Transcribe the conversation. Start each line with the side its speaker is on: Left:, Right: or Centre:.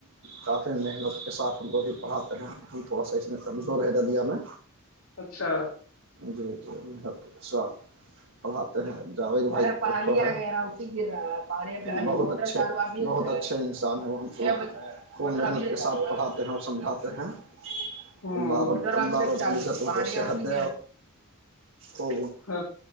Right: کافی محنت کے ساتھ ہم کوب پڑھاتے ہیں ہم تھوڑا سا اس میں کمزور
Left: ہوں،
Right: ہے د دیا میں
Left: اچھا
Right: جی توچ ساپ پڑھات ہیںانی وغیرہ ہوتی گا
Left: ہوں
Right: بہت اچھے بہت اچھے انسان ہیں وہ خئی محنت کے ساتھ پڑھاتے ہیں اور سمجھاتے ہیںبد
Left: ہوں
Right: ہو
Left: ہاں